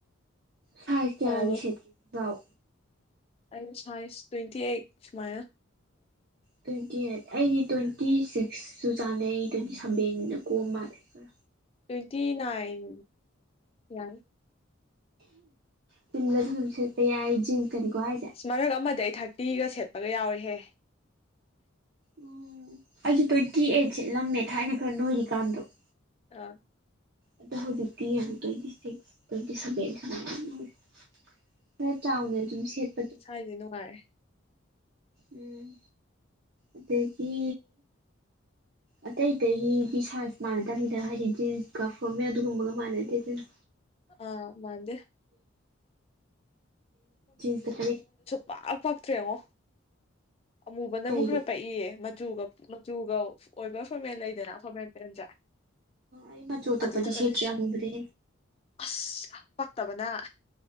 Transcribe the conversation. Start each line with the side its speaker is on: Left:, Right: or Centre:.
Right: ꯐꯥꯏ ꯀꯦꯒ
Left: ꯐꯕ
Right: ꯁꯦꯠꯀꯤ ꯌꯥꯎ
Left: ꯑꯁ ꯍꯥꯏꯥꯏꯁ ꯇ꯭ꯋꯦꯟꯇꯤ ꯑꯩꯠꯨꯃ
Right: ꯇ꯭ꯋꯦꯟꯇꯤ ꯑꯩꯠ ꯑꯩꯗꯤ ꯇ꯭ꯋꯦꯟꯇꯤ ꯁꯤꯛꯁꯁꯨ ꯆꯥꯅꯩ ꯇ꯭ꯋꯦꯟꯇꯤ ꯁꯕꯦꯟꯅ ꯀꯣ ꯃꯥꯜꯂꯦꯔꯥ
Left: ꯇ꯭ꯋꯦꯟꯇꯤ ꯅꯥꯏꯟ ꯌꯥ
Right: ꯇꯤꯝꯂꯁꯨ ꯑꯗꯨꯝ ꯁꯦꯠꯄ ꯌꯥꯏ ꯖꯤꯟꯁꯀꯅꯤꯀꯣ ꯍꯥꯏꯁꯦ
Left: ꯃꯔꯛ ꯑꯃꯗ ꯑꯩ ꯊꯥꯔꯇꯤꯒ ꯁꯦꯠꯄꯒ ꯌꯥꯎꯔꯤꯍꯦ
Right: ꯎꯝ ꯑꯩꯁꯨꯦ ꯇ꯭ꯋꯦꯟꯇꯤ ꯑꯩꯠꯁꯦꯂꯝꯃꯦ ꯊꯥꯏꯅ ꯈꯔ ꯅꯣꯏꯔꯤꯀꯥꯟꯗꯣ
Left: ꯑꯥ
Right: ꯑꯗꯣ ꯍꯧꯖꯤꯛꯇꯤ ꯇ꯭ꯋꯦꯟꯇꯤ ꯁꯤꯛꯁ ꯇ꯭ꯋꯦꯟꯇꯤ ꯁꯚꯦꯟ ꯁꯨꯃꯥꯏꯅ ꯐꯔ ꯆꯥꯎꯅꯦ ꯑꯗꯨꯝ ꯁꯦꯠꯄꯗꯣ
Left: ꯍꯥꯏꯗꯤ ꯅꯨꯡꯉꯥꯏꯔꯦ
Right: ꯎꯝ ꯑꯇꯩꯗꯒꯤ ꯑꯇꯩ ꯑꯇꯩꯒꯤ ꯁꯥꯏꯖ ꯃꯥꯟꯅꯗꯕꯃꯤꯗ ꯍꯥꯏꯗꯤ ꯖꯤꯟꯁꯀ ꯐꯣꯔꯃꯦꯜ ꯑꯗꯨꯒꯨꯝꯕꯒ ꯃꯥꯟꯅꯗꯦ ꯑꯗꯨꯅ
Left: ꯑꯥ ꯃꯥꯟꯗꯦ
Right: ꯇꯁ ꯀ
Left: ꯃꯥꯛ ꯄꯥꯛꯇ꯭ꯔꯦ ꯌꯦꯡꯉꯣ ꯑꯃꯨꯕꯅꯕꯨ
Right: ꯀꯩꯒꯤ
Left: ꯈꯔ ꯄꯛꯏꯌꯦ ꯃꯆꯨꯒ ꯃꯆꯨꯒ ꯑꯣꯏꯕ ꯐꯣꯔꯃꯦꯜ ꯂꯩꯗꯅ ꯐꯣꯔꯃꯦꯜ ꯄꯦꯟꯁꯦ
Right: ꯑꯩꯃ ꯆꯣꯊꯄ
Left: ꯑꯗꯨꯗꯒꯗꯤ
Right: ꯁꯦꯇꯦꯉꯕ꯭ꯔꯦ
Left: ꯑꯁ ꯄꯥꯛꯠꯇꯕꯅ